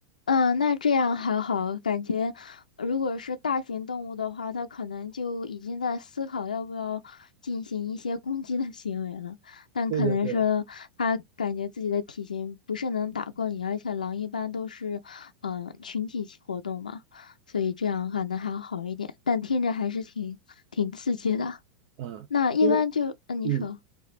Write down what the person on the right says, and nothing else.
对对对，
啊、
因为
嗯。